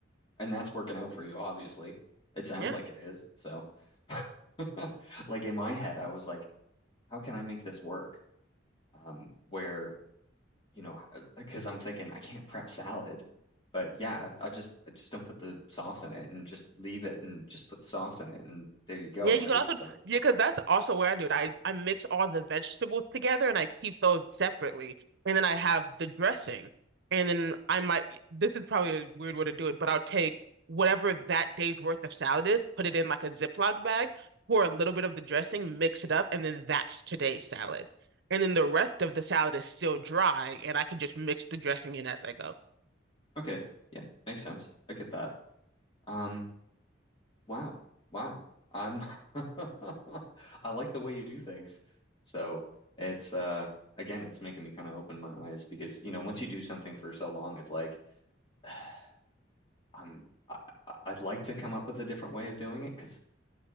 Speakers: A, on the left; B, on the right.
A: and that's working out for you, obviously. It sounds
B: Yeah.
A: like it is. So, <laughs> like in my head, I was like, how can I make this work? Um, where you know, because I'm thinking I can't prep salad, but yeah, I just I just don't put the sauce in it and just leave it and just put the sauce in it and there you go,
B: Yeah,
A: right?
B: you could also,
A: So,
B: yeah, because that's also where I do it. I, I mix all the vegetables together and I keep those separately. And then I have the dressing. And then I might, this is probably a weird way to do it, but I'll take whatever that day's worth of salad is, put it in like a Ziploc bag, pour a little bit of the dressing, mix it up, and then that's today's salad. And then the rest of the salad is still dry, and I can just mix the dressing in as I go.
A: okay, yeah, makes sense. I get that. Um, wow. Wow. Um, <laughs> I like the way you do things. So it's uh again, it's making me kind of open my eyes because, you know, once you do something for so long, it's like <sighs> I'm I, I- I'd like to come up with a different way of doing it because